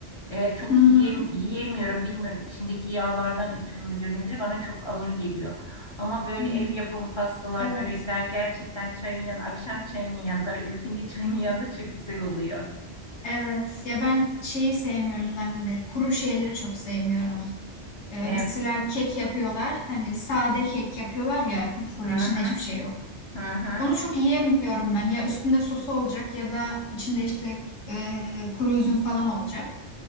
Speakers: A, on the left; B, on the left.
A: E, çok
B: Hı hı.
A: yiyem yiyemiyorum bilmiyorum içindeki yağlardan ötürü müdür nedir bana çok ağır geliyor. Ama böyle
B: Hı,
A: ev yapımı pastalar
B: Evet.
A: börekler gerçekten çayın yanı akşam çayının yanında ve ilkindi <laughs> çayın yanında çok güzel oluyor.
B: Evet. Ya ben şeyi sevmiyorum ben de. Kuru şeyleri çok sevmiyorum. Ee,
A: E,
B: mesela kek yapıyorlar. Hani sade kek yapıyorlar ya kupkuru
A: hı
B: içinde
A: hı
B: hiçbir şey yok.
A: hı hı.
B: Onu çok yiyemiyorum ben. Ya üstünde sosu olacak ya da içinde işte e, kuru üzüm falan olacak.